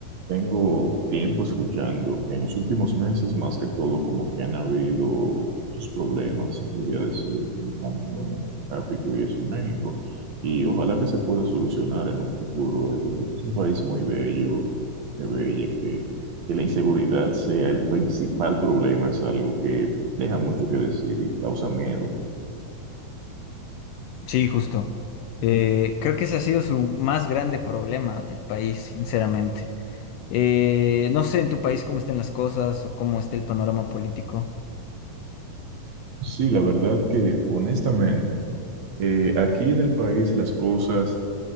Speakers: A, on the right (about 60°); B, on the left (about 75°).
A: tengo tiempo escuchando que en los últimos meses, más que todo, como que han habido muchos problemas, se podría decir, con el tráfico y eso en México. Y ojalá que se pueda solucionar en un futuro. Es, es un país muy bello, muy bella, que, que la inseguridad sea el principal problema, es algo que deja mucho que decir y causa miedo.
B: Sí, justo. Eh, creo que ese ha sido su más grande problema del país, sinceramente. Eh, no sé en tu país cómo están las cosas o cómo está el panorama político.
A: Sí, la verdad que honestamente, eh, aquí en el país las cosas